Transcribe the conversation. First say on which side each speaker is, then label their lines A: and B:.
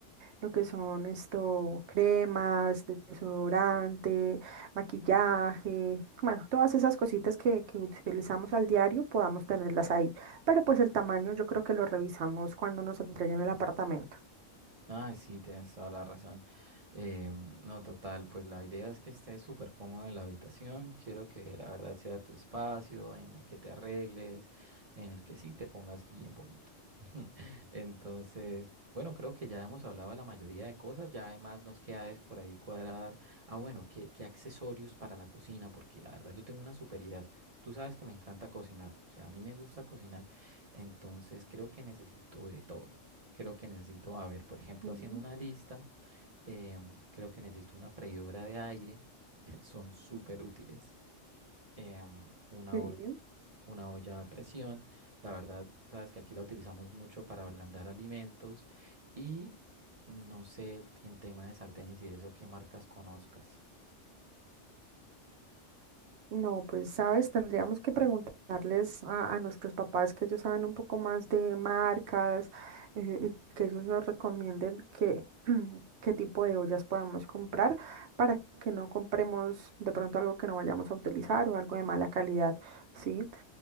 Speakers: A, on the right (about 65°); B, on the right (about 35°).
A: lo que son esto, cremas, desodorante, maquillaje, bueno, todas esas cositas que, que utilizamos al diario podamos tenerlas ahí. Pero pues el tamaño yo creo que lo revisamos cuando nos entreguen el apartamento.
B: Ay, sí, tienes toda la razón. Eh, no, total, pues la idea es que estés súper cómodo en la habitación. Quiero que la verdad sea tu espacio, en el que te arregles, en el que sí te pongas bien bonito. <laughs> Entonces, bueno, creo que ya hemos hablado de la mayoría de cosas. Ya además nos queda es por ahí cuadrar. Ah, bueno, ¿qué, qué accesorios para la cocina? Porque la verdad yo tengo unas super ideas. Tú sabes que me encanta cocinar. O sea, a mí me gusta cocinar. Entonces, creo que necesito de todo. Creo que necesito, a ver, por ejemplo,
A: Ujú,
B: haciendo una lista, em, creo que necesito una freidora de aire, <laughs> son súper útiles. em, una,
A: Sí.
B: ho- una olla a presión, la verdad, sabes que aquí la utilizamos mucho para ablandar alimentos y no sé el- en tema de sartenes y de eso qué marcas conozcas.
A: No, pues sabes, tendríamos que preguntarles a, a nuestros papás que ellos saben un poco más de marcas eh, y que ellos nos recomienden qué, <clears throat> qué tipo de ollas podemos comprar para que no compremos de pronto algo que no vayamos a utilizar o algo de mala calidad, ¿sí?